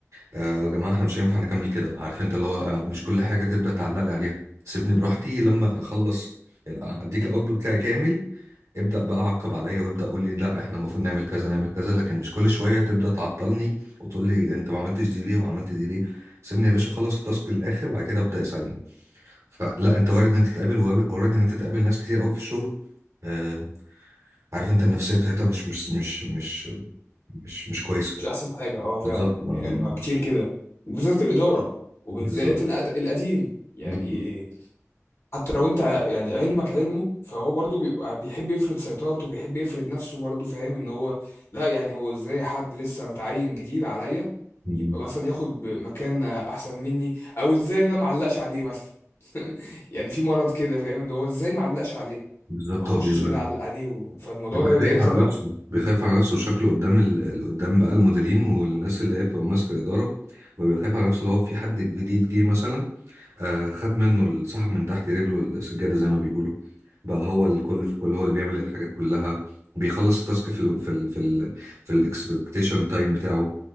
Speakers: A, on the right; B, on the left.
A: آه يا جماعه احنا مش هينفع نكمل كده عارف انت اللي هو آه، مش كل حاجه تبدا تعلق لي عليها سيبني براحتي لما اخلص ال- آه، اديك الاوتبوت بتاعي كامل ابدا بقى عقب عليا وابدا قول لي لا احنا المفروض نعمل كذا نعمل كذا لكن مش كل شويه تبدا تعطلني وتقول لي انت ما عملتش دي ليه وعملت دي ليه سيبني يا باشا اخلص التاسك للاخر وبعد كده ابدا يسالني فلا انت وارد ان انت تقابل وارد ان انت تقابل ناس كتير قوي في الشغل آه، عارف انت النفسيه بتاعتها مش مش مش مش مش مش كويسه
B: مش احسن حاجه اه فعلا
A: بالظبط اه
B: يعني
A: يعني
B: مع كتير كده وبالذات الاداره وبالذات
A: بالظبط
B: الأد- القديم يعني
A: بالظبط
B: حتى لو انت يعني علمك علمه فهو برضه بيبقى بيحب يفرض سيطرته وبيحب يفرض نفسه برضه فاهم ان هو لا يعني هو ازاي حد لسه متعين جديد عليا
A: مم.
B: يبقى مثلا ياخد مكان احسن مني او ازاي ان انا معلقش عليه مثلا يعني في مرض كده فاهم اللي هو ازاي معلقش عليه
A: بالظبط
B: ما اخشش
A: هو بيبقى
B: كده علق عليه و- فالموضوع
A: بيبقى
B: ده بيبقى
A: خايف
B: رخم
A: على
B: قوي
A: نفسه بيخاف على نفسه شكله قدام ال... ال- قدام بقى المديرين والناس اللي هي بتبقى ماسكه الاداره وبيبقى خايف على نفسه لو في حد جديد جه مثلا آه، خد منه ال- سحب من تحت رجله السجادة زي ما بيقولوا بقى هو الكل في كل هو اللي بيعمل الحاجات كلها بيخلص التاسك في ال في ال في ال في الاكسبكتيشن تايم بتاعه